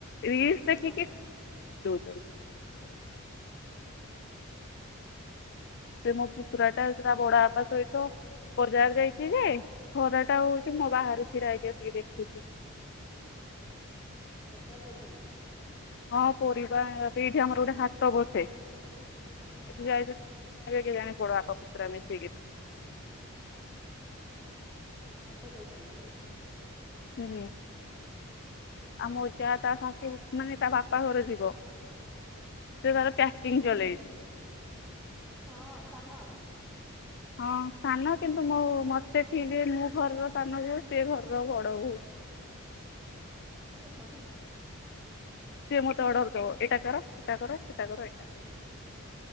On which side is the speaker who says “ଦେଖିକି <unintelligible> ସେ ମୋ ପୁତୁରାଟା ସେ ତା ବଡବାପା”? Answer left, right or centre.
Left